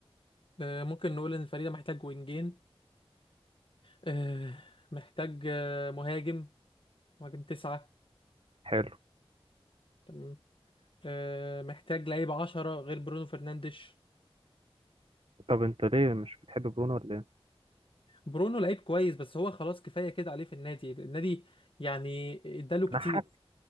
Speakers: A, on the left (about 55°); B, on the right (about 60°).
A: آه، ممكن نقول ان الفريق ده محتاج وينجين آه، محتاج آه، مهاجم مهاجم تسعة
B: حلو
A: تمام آه، محتاج لعيب عشرة غير برونو فرنانديش
B: طب انت ليه مش بتحب برونو ولا ايه؟
A: برونو لعيب كويس بس هو خلاص كفاية كده عليه في النادي النادي يعني اداله كتير
B: انا حاسس